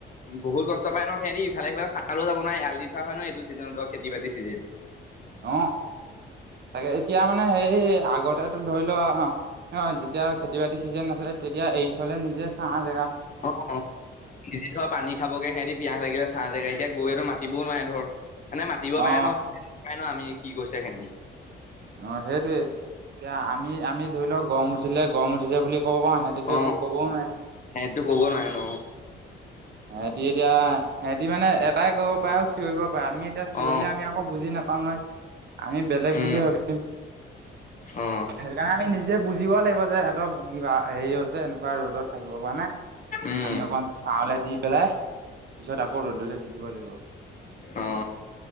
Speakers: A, on the left; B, on the right.
A: বহুত কষ্ট পায় ন। সেৰি ইফালে সিফালে চাবও যাব নোৱাৰে এৰাল দি থোৱা হয় ন। এইটো চিজনত ধৰ খেতি-বাতি চিজন।
B: অ, তাকে এতিয়া মানে সেই আগতেতো ধৰি লোৱা আ অ, যেতিয়া খেতি-বাতি চিজন নাছিলে তেতিয়া এৰি থলে নিজে ছাত
A: অ-অ থ পানী খাবগে সিহঁতি পিয়াহ লাগিলে। ছাহ জেগা এতিয়া গৰুৱেটো মাত মাতিবও নোৱাৰে ধৰ। এনে মাতিব
B: অ
A: পাৰে ন? <unintelligible> আমি কি কৈছে হেহেতি।
B: অ, সেইটোৱে। এতিয়া আমি আমি ধৰি ল গৰম উঠিলে গৰম উঠিছে বুলি ক'ব পাও সিহঁতেটো
A: অ
B: একো কবও নোৱাৰে।
A: সিহঁতিটো ক'ব নোৱাৰে ন
B: সেহতি এতিয়া সেহতি মানে এটাই কৰিব পাৰে আৰু চিঞৰিব আমি এতিয়া চিঞৰিলে
A: অ
B: আমি আকৌ বুজি নাপাও নহয়। আমি বেলেগ
A: উম
B: বুলি ভাব <unintelligible>
A: অ
B: সেইকাৰণে আমি নিজ যে বুজিব লাগিব যে সিহঁতক কিবা হেৰি হৈছে এনেকুৱা ৰ'দত থাকিব পাৰা নাই।
A: উম
B: অকণমান ছালে দি পেলাই পিছত আকৌ ৰ'দলৈ দি দিব লাগিব।
A: অ